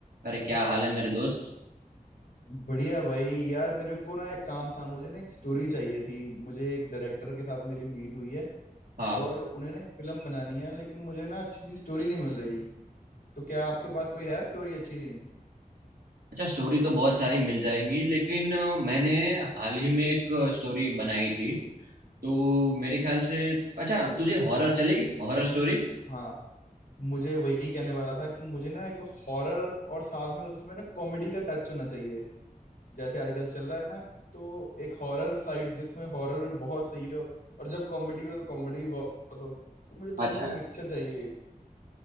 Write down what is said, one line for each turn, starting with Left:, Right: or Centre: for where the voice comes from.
Right: अरे क्या हाल है मेरे दोस्त
Left: बढ़िया भाई यार मेरे को ना एक काम था मुझे ना एक स्टोरी चाहिए थी मुझे एक डायरेक्टर के साथ मेरी मीट हुई है
Right: हाँ
Left: और उन्हें ना एक फिल्म बनानी है लेकिन मुझे ना अच्छी सी स्टोरी नहीं मिल रही तो क्या आपके पास कोई है स्टोरी अच्छी सी
Right: अच्छा स्टोरी तो बहुत सारी मिल जाएंगी लेकिन अ, मैंने हाल ही में एक स्टोरी बनाई थी तो मेरे ख्याल से अच्छा तुझे हॉरर चलेगी Horror story
Left: हाँ मुझे वही कहने वाला था कि मुझे ना एक हॉरर और साथ में उसमें ना कॉमेडी का टच होना चाहिए जैसे आजकल चल रहा है ना तो एक हॉरर साइड जिसमें हॉरर भी बहुत सही हो और जब कॉमेडी हो तो कॉमेडी भी बहुत हो तो मुझे दोनों
Right: अच्छा
Left: का मिक्सचर चाहिए